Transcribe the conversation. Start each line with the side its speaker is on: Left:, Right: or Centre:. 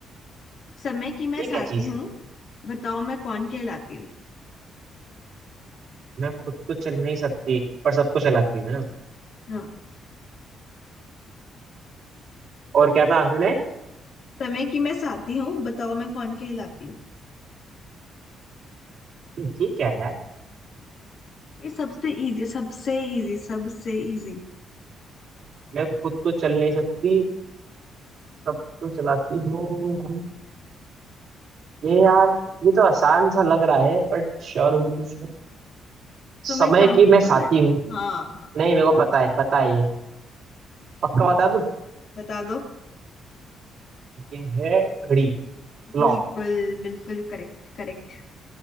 Left: समय की मैं
Right: ये
Left: साथी
Right: क्या चीज
Left: हूँ
Right: है
Left: बताओ मैं कौन कहलाती हूँ
Right: ना खुद तो चल नहीं सकती पर सबको चलाती है ना
Left: हाँ
Right: और क्या था आखिरी लाइन
Left: समय की मैं साथी हूँ बताओ मैं कौन कहलाती हूँ
Right: ये क्या है यार
Left: ये सबसे इजी सबसे इजी सबसे इजी
Right: मैं खुद तो चल नहीं सकती सबको चलाती हूँ ये यार ये तो आसान सा लग रहा है बट श्योर होगी इसमें।
Left: तुम
Right: समय
Left: एक काम
Right: की
Left: करो
Right: मैं साथी
Left: रे-
Right: हूँ
Left: हाँ हाँ
Right: नहीं मेरे को पता है पता है ये पक्का बता दूँ
Left: बता दो
Right: ये है घड़ी क्लॉक
Left: बिल्कुल बिल्कुल करेक्ट करेक्ट